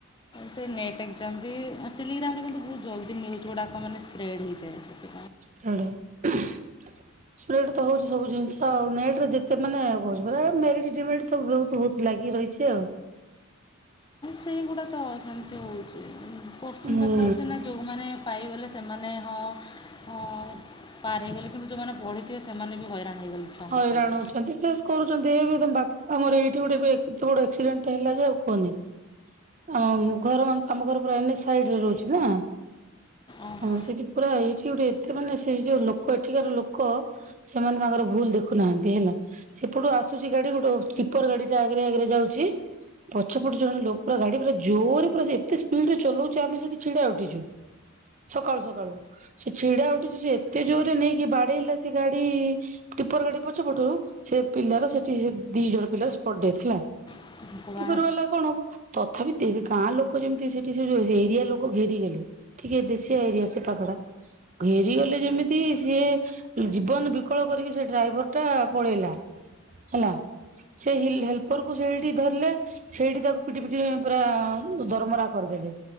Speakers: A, on the left; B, on the right.
A: ସେ ନେଟ୍ ଏକ୍ଜମ୍ ବି ଟେଲିଗ୍ରାମରେ କିନ୍ତୁ ବହୁତ ଜ୍ଦି ନ୍ୟୁଜ୍ଗୁଡ଼ାକ ମେ ସ୍ପ୍ରେଡ଼ ହେଇଯାଏ ସେଥି
B: ପ୍ରେ ତ ହଉଛି ସବୁ ଜିନିଷ ନେଟରେ ଯେତେ ମାନେ କହୁ ପ ମଡି ସବୁ ବ ବହୁ ଲାଗି ରହିଛି ଆଉ।
A: ସେଇଗୁଡା ତ ସେମିତି ହଉଛି। କୋଶ୍ଚିନ୍
B: ହୁଁ।
A: ପେପର୍ ସିନା ଯଉଁମାନେ ପାଇଗଲେ ସେମାନେ ହଁ ହଁ ପାର ହେଇଗଲେ। କିନ୍ତୁ ଯେଉଁମାନେ ପଢ଼ିଥିବେ ସେମାନେ ବି ହଇରାଣ। ହେଇଗଲେ ଛୁଆଙ୍କ
B: ହଇରାଣ
A: ସହିତ।
B: ହଉଛନ୍ତି ଫେଶସ୍ କରୁଛନ୍ତି ଏ ବି ତ ବା। <unintelligible> ଆମର ଏଇଠି ଗୋଟେ ଏବେ ଏତେ ବଡ ଆକ୍ସିଡେଣ୍ଟ ହେଲା ଯେ ଆଉ କୁହନି ଆମ ଘର ଆମ ଘର ପୁରା ଏନ ସାଇଡରେ ରହୁଛି ନା
A: ଓହୋ
B: ହଁ ସେଠି ପୁରା ଏଇଠି ଗୋଟେ ଏତେ ମାନେ ସେ ଯୋଉ ଲୋକ ଏଠିକାର ଲୋକ ସେମାନେ ତାଙ୍କର ଭୁଲ ଦେଖୁନାହାନ୍ତି ହେଲା ସେପଟୁ ଆସୁଛି ଗାଡି ଗୋଟେ ସ୍ଲିପର ଗାଡି ଟା ଆଗରେ ଆଗରେ ଯାଉଛି ପଛପଟ ଜଣେ ଲୋକ ପୁରା ଗାଡି ପୁରା ଜୋରରେ ପୁରା ଏତେ ସ୍ପିଡରେ ଚଲାଉଛି ଆମେ ସେଠି ଛିଡା ଉଠିଛୁ ସକାଳୁ ସକାଳୁ ସେ ଛିଡା ଉଠିଛୁ ସେ ଏତେ ଜୋରରେ ନେଇକି ବାଡେଇଲା ସେ ଗାଡି ଟିପର ଗାଡି ପଛ ପଟରୁ ସେ ପିଲାର ସେଠି ଦି ଜଣ ପିଲାର ସ୍ପଟଡେଥ ହେଲା।
A: ଆଚ୍ଛା ଭଗବାନ
B: ଏପରି ଭଲା କଣ ହବ? ତଥାପି ଗାଁ ଲୋକ ଯେମିତି ସେଠି ସେ ଏରିଆ ଲୋକ ଘେରିଗଲେ କହିଲେ ଦେଶିଆ ଏରିଆ ସେ ପାଖଡା ଘେରିଗଲେ ଯେମିତି ସିଏ ଜୀବନ ବିକଳ କରିକି ସେ ଡ୍ରାଇଭର ଟା ପଳେଇଲା ହେଲା ସେ ହିଲ ହେଲ୍ପର କୁ ସେଇଠି ଧରିଲେ ସେଇଠି ତାକୁ ପିଟି ପିଟି ପୁରା ଦରମରା କରିଦେଲେ